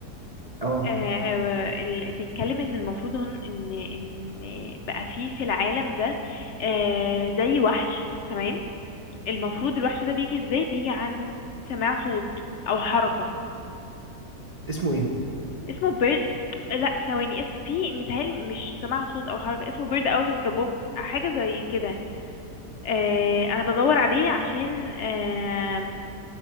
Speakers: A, on the right; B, on the left.
A: اه
B: آه، آه، ال- بيتكلم ان المفروض هن- ان ان بقى فيه في العالم ده آه، زي وحش تمام المفروض الوحش ده بيجي ازاي بيجي عند سماع صوت او حركة
A: اسمه ايه
B: اسمه بيرد لا ثواني اسم في متهيألي مش سماع صوت او حركة اسمه بيرد اوت اوف ذا بوكس حاجة زي كده آه، انا بدور عليه عشان آه،